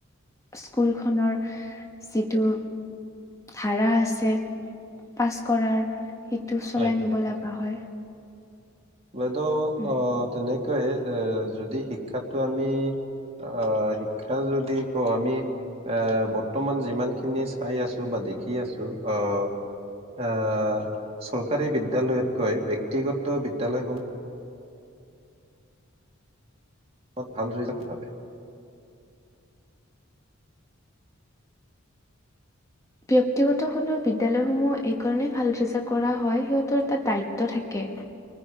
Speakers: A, on the left; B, on the right.
A: স্কুলখনৰ যিটো ধাৰা আছে। পাছ কৰাৰ সেইটো চলাই
B: হয়
A: নিব লগা হয়।
B: বাইদেউ
A: উম।
B: অ তেনে কয় এ যদি শিক্ষাতটো আমি আহ শিক্ষা যদি কওঁ আমি এ বৰ্তমান যিমানখিনি চাই আছো বা দেখি আছো আহ আহ চৰকাৰী বিদ্যালয়তকৈ ব্যক্তিগত বিদ্যালয়সমূহ মত ভাল ৰিজাল্ট
A: ব্যক্তিগতখনৰ বিদ্যলয়সমূহ এই কাৰণে ভাল ৰিজাল্ট কৰা হয় সিহঁতৰ এটা দায়িত্ব থাকে।